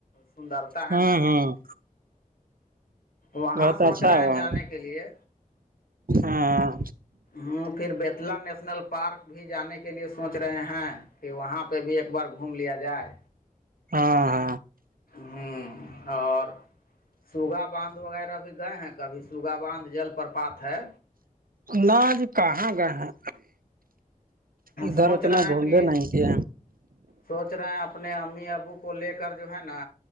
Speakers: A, on the left; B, on the right.
A: سندرتا ہے
B: ہوں
A: نا
B: ہوں
A: وہاں
B: بہت
A: سوچ
B: اچھا
A: رہے
B: ہوا
A: ہیں جانے کے لیے
B: ہاں
A: ہ پھر بیتلا نیشنل پارک بھی جانے کے لیے سوچ رہے ہیں کہ وہاں پہ بھی ایک بار گھوم لیا جائے
B: ہاں ہاں
A: ہوں اور سوگا باندھ وغیرہ بھی گئے ہیں کبھی سوگا باندھ جل پرپات ہے
B: نہ جی کہاں گئے ہیں ادھر
A: سوچ
B: اتنا
A: رہے ہیں
B: گھومے
A: کہ
B: نہیں تھے
A: سوچ رہے ہیں اپنے امی ابو کو لے کر جو ہے نا